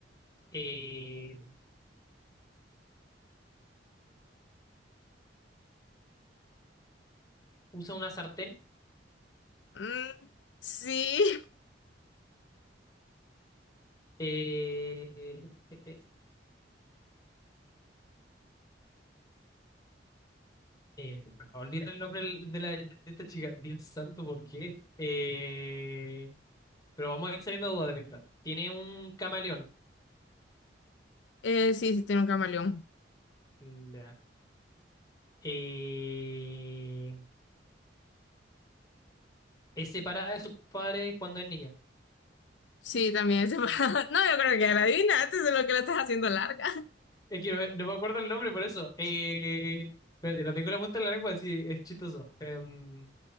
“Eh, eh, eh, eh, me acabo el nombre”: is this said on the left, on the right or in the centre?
Left